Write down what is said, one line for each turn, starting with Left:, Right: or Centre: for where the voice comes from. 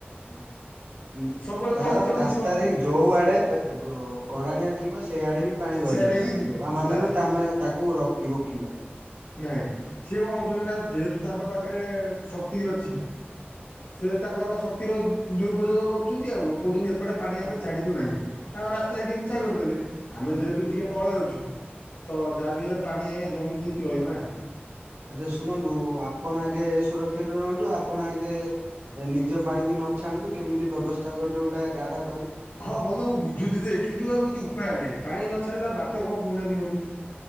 Right: ହଁ
Left: ସବୁବେଳେ
Right: ତାର
Left: ତଳୁ ତଳକୁ
Right: ରାସ୍ତାରେ
Left: ଯିବ
Right: ଯୋଉ ଆଡେ ଗ ଗରାଣିଆ ଥିବ ସେ ସେଇଆଡେ ହିଁ ପାଣି ଗଡିବ
Left: ସିଆଡ଼େ ହିଁ ଯିବ
Right: ତା ମାନେ
Left: ବାସ୍
Right: ତାମେ ତାକୁ। କିି ରୋକିବା।
Left: ନାଇଁ ସିଏ କଣ କରୁଛନ୍ତି ନା ଯେହେତୁ ତାଙ୍କ ପାଖରେ ଶକ୍ତି ଅଛି ସେ ତାଙ୍କର ଶକ୍ତିର ଦୁରୁପଯୋଗ କରୁଛନ୍ତି ଆଉ କହୁଛନ୍ତି। ଏପଟେ ପାଣି
Right: ଆ
Left: ଆମେ ଛାଡିବୁ ନାହିଁ। ତାଙ୍କ ରାସ୍ତା ସେଠି ଉଛା କରିଦେଲେ ଆମେ ଯେହେତୁ ଟିକେ ତଳେ ଅଛୁ ତ। ଯାହା ବି ହେଲେ ପାଣି ଆଜ୍ଞା ଜମିକି। ନା <inaudible>
Right: ଆଛା ଶୁଣନ୍ତୁ ଆପଣ ଆଗେ ସୁରକ୍ଷିତ ରୁହନ୍ତୁ ଆପଣ ଆଗେ ନିଜ ପାଣିକି ନ ଛାଣନ୍ତୁ କେମିତି ବ୍ୟବସ୍ଥା କରନ୍ତୁ ଗୋଟେ ଗାଡ।
Left: ହଁ ବନ୍ଧୁ ମୁଁ ବୁଝୁଛି ଯେ କିନ୍ତୁ ଆଉ କିଛି ଉପାୟ ନାହିଁ ପାଣି ନ। <inaudible>